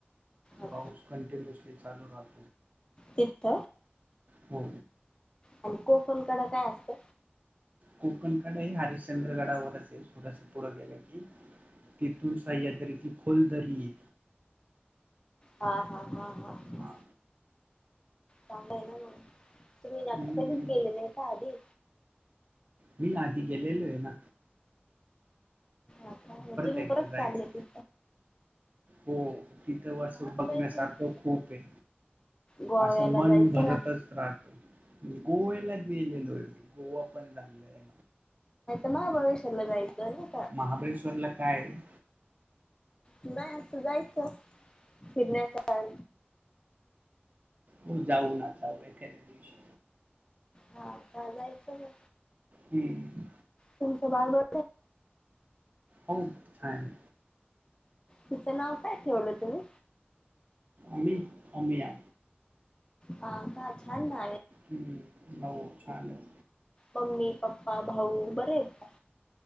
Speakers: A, on the left (about 20°); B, on the right (about 40°).
A: हो
B: पाऊस कंटिन्युअसली चालू राहतो
A: तिथ
B: हो
A: आणि कोकणकड काय असत
B: कोकणकडे हरिश्चंद्र गडावरचेल थोडस पुढं गेलं की तिथून सह्याद्री की खोलदरी य
A: हा हा हा हा ह
B: हां
A: चांलं आहे ना म तुम्
B: हम्म.
A: आता कधीच गेले नाही का आधी
B: मी ना आधी गेलेलो आहे ना
A: अ्छ तुम्ही
B: एकदा
A: परत
B: जायचं
A: चालय ति
B: हो तिथं वसून बघण्यासारखं
A: जायचं
B: खूप आहे
A: गोव्याला
B: असं मन
A: जायचं
B: भरतच
A: ना
B: राहत गोव्याला गेलेलो मी गोवा उत्पन झालं आहे
A: महाभवेशाला जायचं आहे ना का
B: महाबळेश्वरला काय आहे?
A: नाही असं जायचं फिरण्याच्या का
B: हो जाऊ ना जाऊ एखाद्या दिसवशी
A: हा का जायचं ना
B: हम्म.
A: तुमचं बारबर
B: हो छान
A: तिचं नाव काय ठेवलं तुम्ही
B: आमी आम्ही या
A: हा का छान ना
B: हम्म हो छान आहे.
A: मम्मी, पप्पा, भाऊ बरे आहेत का.